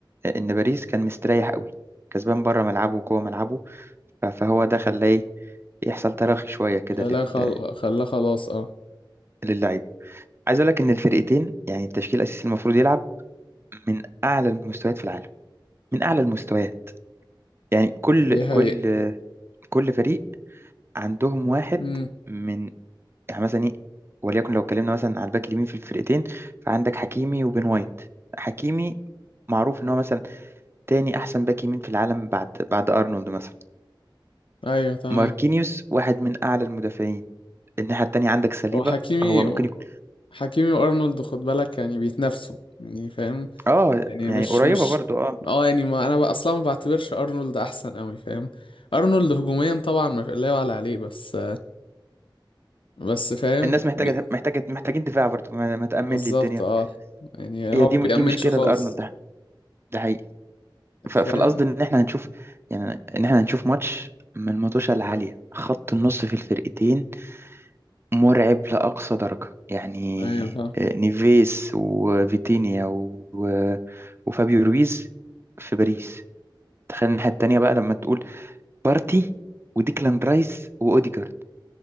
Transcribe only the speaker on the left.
خلاها
خل... خلاها خلاص اه
دي
حقيقة
امم
ايوه تمام
هو حكيمي
و...
حكيمي وارنولد خد بالك يعني بيتنافسوا يعني فاهم
يعني
مش
مش
اه يعني ما انا بقى اصلا ما بعتبرش ارنولد احسن قوي فاهم ارنولد هجوميا طبعا ما لا يعلى عليه بس بس فاهم
بي...
بالظبط
اه يعني
هو
ما بيأمنش
خالص
فاهم
ايوه فاهم